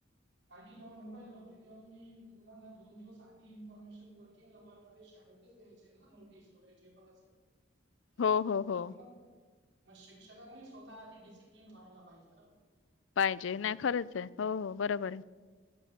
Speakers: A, on the right (about 70°); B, on the left (about 85°).
A: कारण की जेव्हा मोबाईल नव्हते तेव्हा तुम्ही मुलाना दोन दिवस आधी इन्फॉर्मेशन वर नवाल शाळेतच द्यायचे ना नोटीस वगैरे जे पण असेल ते.
B: हो, हो, हो.
A: मग शिक्षकांनी स्वतः आधी डिसिप्लिन व्हायला पाहिजे ना.
B: पाहिजे
A: असं
B: नाही
A: आहे.
B: खरंच आहे हो हो बरोबर आहे.